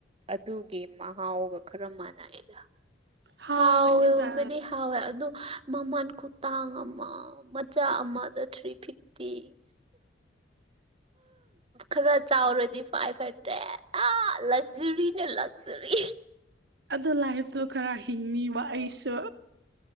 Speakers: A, on the right; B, on the right.
A: ꯑꯗꯨꯒꯤ ꯃꯍꯥꯎꯒ ꯈꯔ ꯃꯥꯟꯅꯩꯗ
B: ꯍꯥꯎꯒꯅꯤꯗ
A: ꯍꯥꯎꯕꯗꯤ ꯍꯥꯎ ꯑꯗꯨ ꯃꯃꯟ ꯈꯨꯇꯥꯡ ꯑꯃ ꯃꯆꯥ ꯑꯃꯗ ꯊ꯭ꯔꯤ ꯐꯤꯐꯇꯤ ꯈꯔ ꯆꯥꯎꯔꯗꯤ ꯐꯥꯏꯚ ꯍꯟꯗ꯭ꯔꯦꯠ ꯑ ꯂꯛꯖꯔꯤꯅꯦ ꯂꯛꯖꯔꯤ
B: ꯑ ꯂꯥꯏꯐꯇꯣ ꯈꯔ ꯍꯤꯡꯉꯕ ꯑꯩꯁꯨ